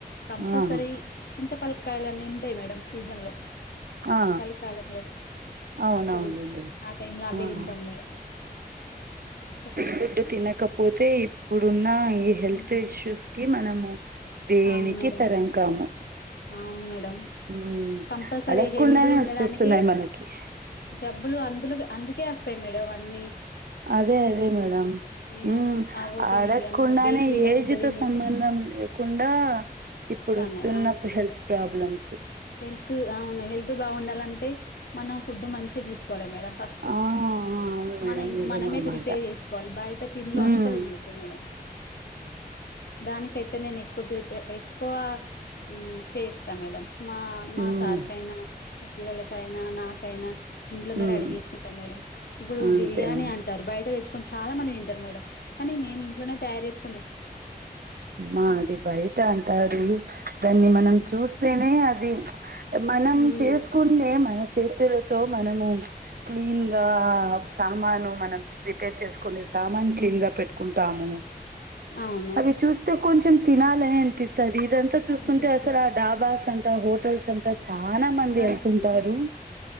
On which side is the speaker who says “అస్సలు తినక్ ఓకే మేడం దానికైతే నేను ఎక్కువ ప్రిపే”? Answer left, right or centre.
Left